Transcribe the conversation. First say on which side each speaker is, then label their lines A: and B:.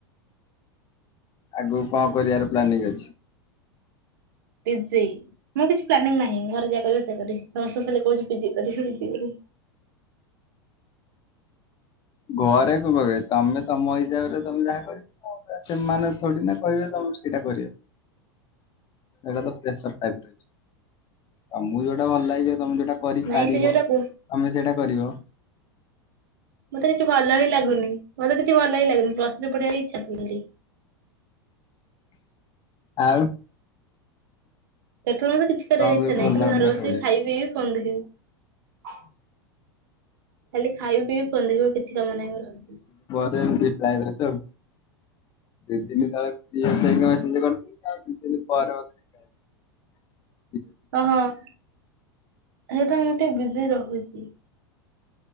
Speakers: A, on the left; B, on the right.
A: ଆଗକୁ କଣ କରିବାର ପ୍ଲାନିଂ ଅଛି?
B: ପିଜି, ମୁଁ କିଛି ପ୍ଲାନିଂ ନାହିଁ, ଘରେ ଯାହା କହିବେ ସେଇଆ କରିବି, ସମସ୍ତେ କହୁ ପିଜି କର ପିଜି କରିବି ବୋଲି।
A: ଘରେ କଣ କ ତମେ ତମ ହିସାବରେ ତମେ ଯାହା କ ସେମାନେ ଥୋଡି ନା କହିବେ ତମେ ସେଇଟା କରିବ। ସେଟା ତ ପ୍ରେସର ଟାଇପ ହେଇଚି। ତମୁକୁ ଯୋଉଟା ଭଲ ଲାଗିବ ତମେ ଯୋଉଟା କରିପାରିବ,
B: ନାଇଁ ସେ ଯୋଉଟାକୁ
A: ତମେ ସେଇଟା କରିବ।
B: ମତେ କିଛି ଭଲ ହିଁ ଲାଗୁନି। ମତେ କିଛି ଭଲ ହିଁ ଲାଗୁନି। ପ୍ଲସ ଥ୍ରି ପଢିବାକୁ ଇଚ୍ଛା <unintelligible>
A: ଆଉ।
B: ସେଥିରୁ ମତେ କିଛି କରିବାକୁ
A: କଣ ପାଇଁ
B: ଇଚ୍ଛା ନାହିଁ,
A: ଭଲ
B: ଖାଲି
A: ଲାଗୁନି
B: ଘରେ
A: ପାଠ
B: ବସିବି
A: ପଢିବାକୁ
B: ଖାଇବି ପିଇବି ଫୋନ୍ ଦେଖିବି। ଖାଲି ଖାଇବି ପିଇବି ଫୋନ୍ ଦେଖିବ ଆଉ କିଛି କାମ ନାହିଁ ମୋର।
A: ଶେମ୍ <unintelligible> ଦି ଦିନ ତଳେ ଫି ଯାଇକି ମେସେଜ କରିଥିଲି ଦି ଦିନ ପରେ <unintelligible> ହ <unintelligible>
B: ହହଁ ସେଇଟା ମୁଁ ଟିକେ ବିଜି ରହୁଚି।